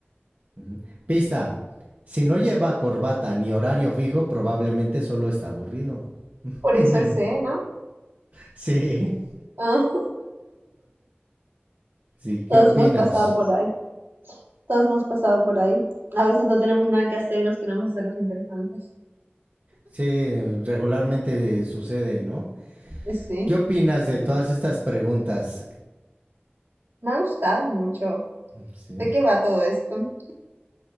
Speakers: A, on the right; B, on the right.
A: Ujú. Pista. Si no lleva corbata ni horario fijo, probablemente solo está aburrido.
B: Por
A: <laughs>
B: eso el C, ¿no?
A: Sí,
B: Ah,
A: sí, ¿qué
B: todos
A: opinas?
B: hemos pasado por ahí. Todos hemos pasado por ahí. A veces no tenemos nada que hacer y nos queremos hacer los interesantes.
A: Sí, regularmente sucede, ¿no?
B: Y Sí,
A: ¿Qué opinas de todas estas preguntas?
B: me ha gustado mucho.
A: Sí.
B: ¿De qué va todo esto?